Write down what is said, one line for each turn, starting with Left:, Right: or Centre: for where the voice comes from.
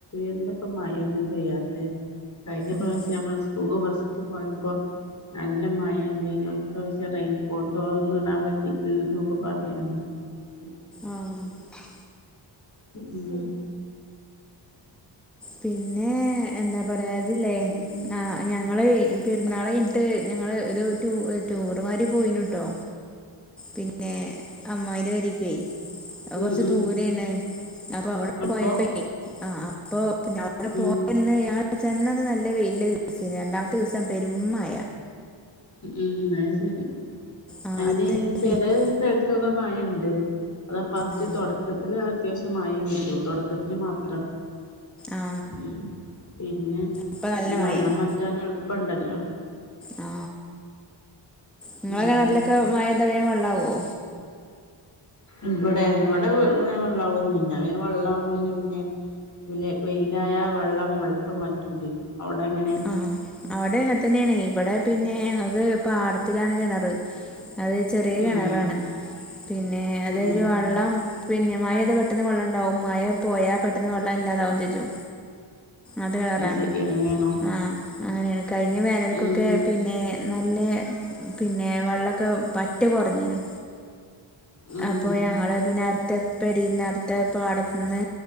Left: എന്തപ്പ മായൊന്നും പയ്യാത്ത കഴിഞ്ഞ പ്രാവശ്യം
Centre: ഉം
Left: നമ്മള് സ്കൂള് ഫസ്റ്റ് പോയപ്പോ നല്ല മയ ആയിന്ന് പ്രാവശ്യം റെയിൻകോട്ടൊന്നും ഇടാൻ പറ്റിയിട്ടില്ല എന്നൊക്കെ പറയണേ ഉം
Centre: ആ <unintelligible>
Left: ഉ ഉം
Centre: പിന്നെ എന്താ പറയാതില്ലേ
Left: ഉം
Centre: ആ ഞങ്ങള് ഈ പെരുന്നാൾ കഴിഞ്ഞിട്ട് ഞങ്ങള് ഒരു ടൂറ് മാരി പോയിനട്ടോ പിന്നെ അമ്ന്റെ പേരക്കയി <unintelligible> അ കൊറച്ച്
Left: ഉം ഉം ഉം
Centre: ദൂരണ് അപ്പൊ അവിടെ
Left: അപ്പൊ
Centre: പോയപ്പോ ആ അപ്പൊ പിന്നെ അവിടെ പോയന്ന്
Left: ഉം
Centre: ഞ ചെന്ന നല്ലവെയിൽ ദിവസം രണ്ടാമത്തെ ദിവസം പെരും മയ
Left: ഉ ഉം അ ശരി
Centre: ആ
Left: അതിന്
Centre: അത്
Left: ചെല
Centre: പിന്നെ
Left: സ്ഥലത്തൊക്കെ മയയുണ്ട് അതാ ഫസ്റ്റ്
Centre: ആ
Left: തുടക്കത്തില് അത്യാവശ്യ മയ കിട്ടും തുടക്കത്തില് മാത്രം
Centre: ആ
Left: ഉ പിന്നെ
Centre: ഇപ്പൊ നല്ല
Left: അന്
Centre: മഴേനു
Left: വെള്ളം മാറ്റാൻ എളുപ്പുണ്ടല്ലോ
Centre: ആ നിങ്ങളെ
Left: ഉം
Centre: കിണറിലൊക്കെ മഴ വന്ന വെള്ളമാകുമോ
Left: ഇവിടെ ഇവിടെ വെള്ളാവു ഒന്നുമില്ല വെള്ളാവില്ല പിന്നെ വെയിലായ വെള്ളം എളുപ്പം പറ്റും ചെയ്യും അവിടെ എങ്ങനെ
Centre: ആ അവിടെ അങ്ങെത്തന്നെയാണ് ഇവിടെ പിന്നെ ഞക്ക് ഇപ്പൊ പാടത്തിലാണ് കിണറ് അത് ചെറിയ കിണറാണ്
Left: ആഹ്
Centre: പിന്നെ അതരു
Left: ഉം
Centre: വെള്ളം പിന്നെ മയ പെയ്താ പെട്ടെന്ന് വെള്ളം ഉണ്ടാവും മയ പോയാ പെട്ടെന്ന് വെള്ളയ ഇല്ലാതാവും ചേച്ചു അത് കളറാണ്
Left: ശരി അങ്ങനെയാണോ
Centre: ആ അങ്ങനെയാണ് കഴിഞ്ഞ വേനലക്കൊക്കെ
Left: ഉം
Centre: പിന്നെ ന അല്ലെ പിന്നെ വെള്ളമൊക്കെ പറ്റെ കുറഞ്ഞു
Left: ഉം
Centre: അപ്പൊ ഞങ്ങള് പിന്നെ അടുത്ത നടത്ത പാടത്തിന്ന്